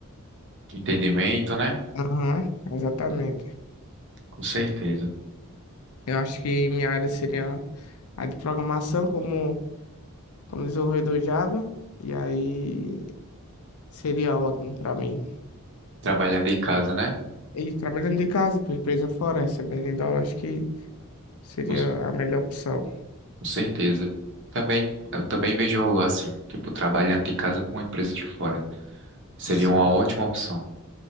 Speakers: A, on the right; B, on the left.
A: entendimento, né?
B: Aham, exatamente.
A: Com certeza.
B: Eu acho que minha área seria a de programação como, como desenvolvedor Java. E aí seria ótimo pra mim.
A: Trabalhando de casa, né?
B: E trabalhando de casa, por empresa fora, recebendo em dólar, acho que seria
A: Com, com
B: a melhor opção.
A: certeza. Também, eu também vejo assim, tipo, trabalhando de casa com uma empresa de fora. Seria
B: Nossa,
A: uma ótima opção.